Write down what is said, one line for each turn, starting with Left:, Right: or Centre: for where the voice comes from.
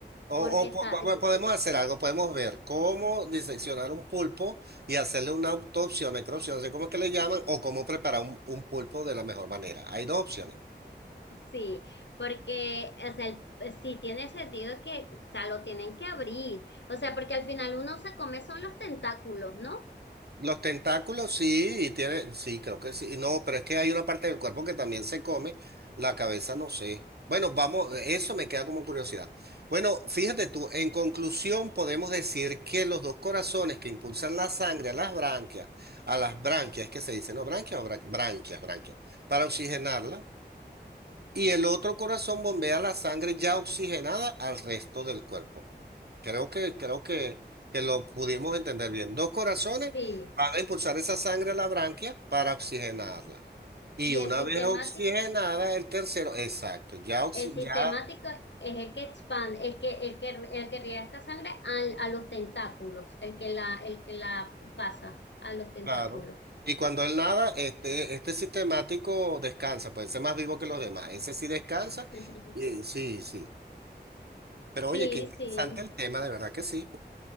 Right: o,
Left: porque
Right: o
Left: está,
Right: po- po-
Left: eh,
Right: podemos hacer algo, podemos ver cómo diseccionar un pulpo y hacerle una autopsia, una necropsia, no sé cómo es que le llaman, o cómo preparar un, un pulpo de la mejor manera. Hay dos opciones.
Left: sí, porque o sea, el- eh, sí tiene sentido que, o sea, lo tienen que abrir, o sea, porque al final uno se come son los tentáculos, ¿no?
Right: Los tentáculos sí, y tiene, sí, creo que sí. No, pero es que hay una parte del cuerpo que también se come, la cabeza no sé. Bueno, vamos, eso me queda como curiosidad. Bueno, fíjate tú, en conclusión podemos decir que los dos corazones que impulsan la sangre a las branquias, a las branquias, es que se dice, no, branquias o bran- branquias, branquias, para oxigenarla y el otro corazón bombea la sangre ya oxigenada al resto del cuerpo. Creo que, creo que, que lo pudimos entender bien. Dos corazones
Left: Sí.
Right: van a impulsar esa sangre a la branquia para oxigenarla. Y
Left: ¿Y
Right: una
Left: el sistemático?
Right: vez oxigenada, el tercero, exacto, ya, oxi-
Left: El sistemático
Right: ya,
Left: es el que expande, el que, el que, el que riega esta sangre al- a, los tentáculos, el que la, el que la pasa a los tentáculos.
Right: claro. Y cuando él nada, este, este sistemático descansa, puede ser más vivo que los demás. Ese sí descansa.
Left: <laughs>
Right: y- sí, sí. Pero oye,
Left: Sí,
Right: qué interesante
Left: sí.
Right: el tema, de verdad que sí.